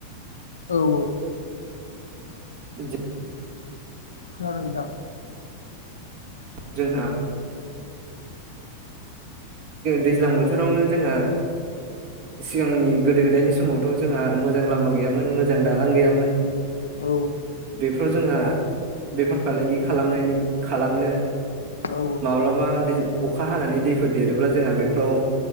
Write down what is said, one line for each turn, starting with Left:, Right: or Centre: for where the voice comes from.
Left: औ औ।
Right: <unintelligible>
Left: खोनादों नोंथां?
Right: जोंहा दैज्लां बोथोरावनो जोंहा सिगांनि गोदो गोदायनि समावथ' जोंहा मोजां लामा गैयामोन मोजां दालां गैयामोन।
Left: औ
Right: बेफोराव जोंहा बेफार फालांगि खालामनायनि खालामनो।
Left: औ
Right: माब्लाबा दै अखा हानानै दैफोर देरोब्ला जोंहा बेफोराव